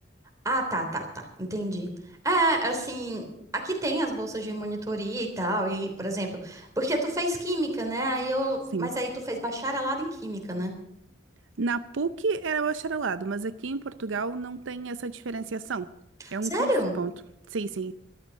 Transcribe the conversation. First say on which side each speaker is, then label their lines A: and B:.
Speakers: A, on the right (about 15°); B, on the right (about 80°).
A: Ah, tá, tá, tá. Entendi. É, assim, aqui tem as bolsas de monitoria e tal, e, por exemplo, porque tu fez química, né? Aí eu,
B: Sim.
A: mas aí tu fez bacharelado em química, né?
B: Na PUC era bacharelado, mas aqui em Portugal não tem essa diferenciação. É
A: Sério?
B: um curso e ponto. Sim, sim.